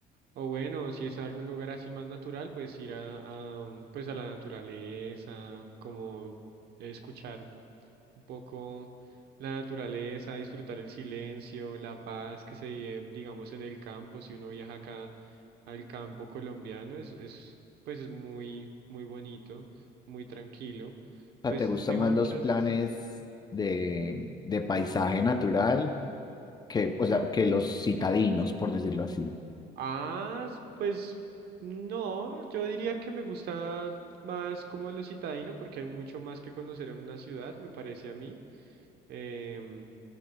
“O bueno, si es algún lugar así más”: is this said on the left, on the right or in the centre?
Right